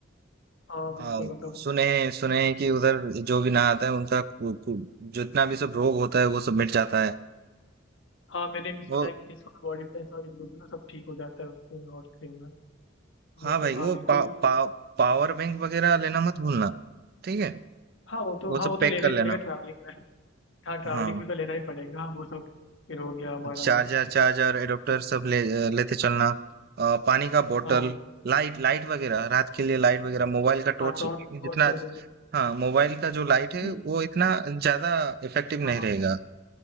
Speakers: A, on the left; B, on the right.
A: हाँ बिल्कुल
B: आ,
A: मतलब
B: सुने हैं सुने हैं कि उधर जो भी नहाता है उनका कु- कु- जितना भी सब रोग होता है वो सब मिट जाता है
A: हाँ मैंने भी सुना
B: वो
A: है कि जिसको बॉडी पेन और न्यूज में सब ठीक हो जाता है उससे हॉट स्प्रिंग में तो
B: हाँ
A: मतलब
B: भाई
A: हाँ
B: वो
A: बिल्कुल
B: पा, पा, पावर बैंक वगैरह लेना मत भूलना ठीक है
A: हाँ वो तो
B: वो
A: हाँ वो
B: सब
A: तो
B: पैक
A: लेना
B: कर
A: ही
B: लेना
A: पड़ेगा ट्रैवलिंग में हाँ ट्रैवलिंग
B: हाँ
A: में तो लेना ही पड़ेगा हाँ, वो सब फिर हो गया हमारा
B: चार्जर
A: हाँ
B: चार्जर एडोप्टर सब ले लेते चलना अ, पानी का बोतल
A: हाँ वो-
B: लाइट लाइट वगैरह रात के लिए लाइट वगैरह मोबाइल का टॉर्च
A: हाँ टॉर्च टॉर्च
B: जितना
A: हो गए
B: हाँ मोबाइल का जो लाइट
A: नहीं
B: है वो इतना ज्यादा इफेक्टिव
A: हाँ
B: नहीं रहेगा